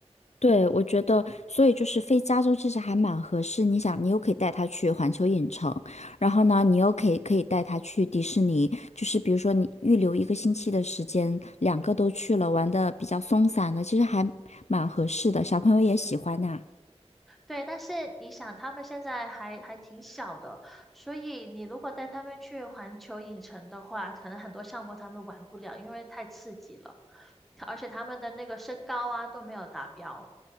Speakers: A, on the left (about 75°); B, in the centre.
A: 对，我觉得，所以就是飞加州其实还蛮合适。你想，你又可以带他去环球影城，然后呢，你又可以可以带他去迪士尼。就是比如说，你预留一个星期的时间，两个都去了，玩的比较松散的，其实还蛮合适的。小朋友也喜欢呐、
B: 对，但是你想，他们现在还还挺小的，所以你如果带他们去环球影城的话，可能很多项目他们玩不了，因为太刺激了，而且他们的那个身高啊都没有达标。